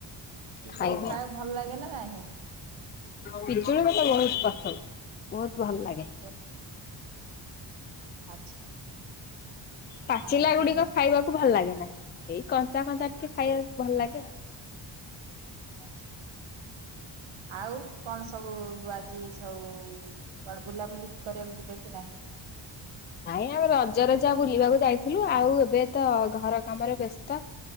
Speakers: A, on the right (about 75°); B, on the left (about 25°).
A: ପିଜୁଳି
B: ଖାଇବି
A: ଖାଇବାକୁ
B: ଆଉ।
A: ଭଲ ଲାଗେ ନା ନାହିଁ।
B: ପିଜୁଳି ମତେ ବହୁତ ପସନ୍ଦ। ବହୁତ ଭଲ
A: ପସନ୍ଦ
B: ଲାଗେ
A: ଆଛ।
B: ପାଚିଲା
A: ଆଉ
B: ଗୁଡିକ ଖାଇବାକୁ ଭଲ ଲାଗେ। ଏଇ କଞ୍ଚା କଞ୍ଚା ଟିକେ ଖାଇବାକୁ ଭଲ ଲାଗେ ଆଉ।
A: ଆଛା ଆଉ କଣ ସବୁ ଆଜି ସବୁ କୁଆଡେ ବୁଲାବୁଲି କରିବାକୁ ଯିବେ କି ନାହିଁ?
B: ନାଇଁ ଆମେ ରଜରେ ଜାହା ବୁଲିବାକୁ ଯାଇଥିଲୁ ଆଉ ଏବେ ତ ଘର କାମରେ ବ୍ୟସ୍ତ